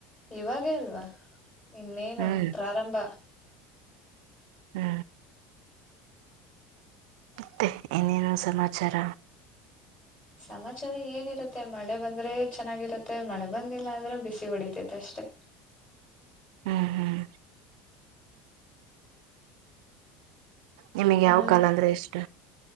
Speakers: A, on the left (about 30°); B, on the right (about 75°).
A: ಇವಾಗೇ ಅಲ್ವಾ ಇನ್ನೇನು
B: ಹ್ಮ್
A: ಪ್ರಾರಂಭ
B: ಹ್ಮ ಮತ್ತೆ ಏನೇನು ಸಮಾಚಾರ
A: ಸಮಾಚಾರ ಏನಿರುತ್ತೆ ಮಳೆ ಬಂದ್ರೆ ಚೆನ್ನಾಗಿರುತ್ತೆ ಮಳೆ ಬಂದಿಲ್ಲ ಅಂದ್ರೆ ಬಿಸಿ ಹೊಡಿತೈತೆ ಅಷ್ಟೇ ಅಷ್ಟೇ
B: ಹ್ಮ್ ಹ್ಮ್ ನಿಮಗ್ ಯಾವ
A: ಇನ್ನ
B: ಕಾಲ ಅಂದ್ರೆ ಇಷ್ಟ